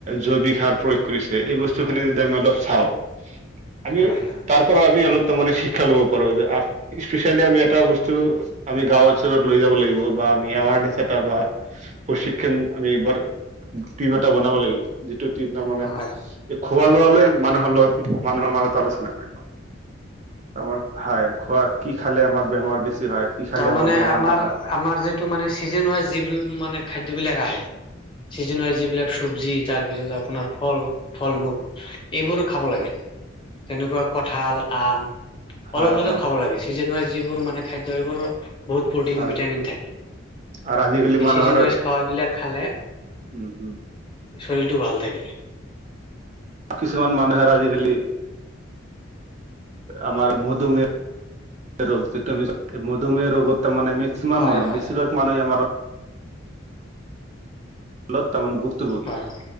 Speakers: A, on the right; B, on the left.
A: জৈৱিক সাৰ প্ৰয়োগ কৰিছে এই বস্তু খিনি যদি আমি অলপ চাওঁ
B: <inaudible>
A: আমি
B: হয়
A: তাৰ পৰা আমি অলপ তাৰমানে শিক্ষা ল'ব পাৰো যে স্পেচিয়েলি আমি এটা বস্তু আমি গাও অঞ্চলত লৈ যাব লাগিব বা আমি এৱাৰনেছ এটা বা প্ৰশিক্ষণ আমি টিম এটা বনাব লাগিব। যিটো টীম মানে
B: হয়
A: এই খোৱা লোৱা লৈ মানুহৰ লগত মানুহৰ মাজত আলোচনা কৰিব। আমাৰ হয় খোৱা কি খালে আমাৰ বেমাৰ বেছি হয়। কি খালে
B: তাৰ মানে
A: আমাৰ বেমাৰ
B: আমাৰ-আমাৰ
A: নহয়
B: যিটো মানে চিজন হয় যিবিলাক মানে খাদ্যবিলাক আহে। চিজন হয় যিবিলাক চব্জি তাৰ পিছত আ আপোনাৰ ফল-ফল মূল এইবোৰো খাব লাগে। তেনেকুৱা কঠাল, আম।
A: হয়
B: অলপ হ'লেও
A: হয়
B: খাব লাগে। ছিজেন ৱাইজ যিবোৰ মানে খাদ্য সেইবোৰৰ বহুত প্ৰটিন,
A: হয়
B: ভিটামিন থাকে। এই
A: আৰু আজিকালি মানুহৰ
B: ছিজেন ৱাইজ খাৱা বিলাক খালে
A: উম উম
B: শৰীৰটো ভাল থাকে।
A: কিছুমান মানুহৰ আজিকালি আমাৰ মধুমেহ ৰোগ যিটো আমি মধুমেহ ৰোগত তাৰমানে মেক্সিমান
B: হয়
A: মানুহ
B: হয়
A: বছিভাগ মানুহে আমাৰ <unintelligible> মানে ভূক্তভোগী,
B: হয়